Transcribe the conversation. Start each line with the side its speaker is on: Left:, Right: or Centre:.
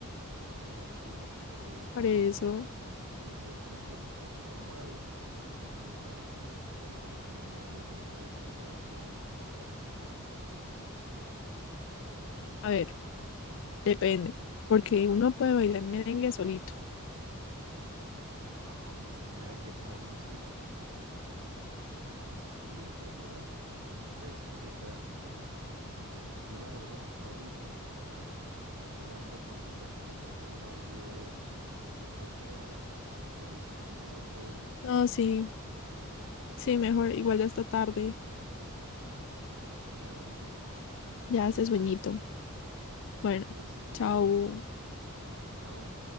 Right: porque de resto uno como que sale
Left: por eso.
Right: y pues, si uno sale por una fiesta normal, es muy raro que uno le, le vayan a poner un merengue, pues, o algo bailable por allá.
Left: A ver, depende, porque uno puede bailar merengue solito.
Right: No, pero es que un merengue, o sea, yo no soy, bueno, es que eso es un tema, una discusión grande. Y Yo la verdad, ahorita como que ya ando cortico de tiempo, entonces más bien yo creo que la discutimos otro día.
Left: No, sí, Sí, mejor, igual ya está tarde,
Right: Sí, sí, ya, hora de dormir.
Left: ya hace sueñito.
Right: Entonces,
Left: Bueno, chao.
Right: hablamos luego. Chao.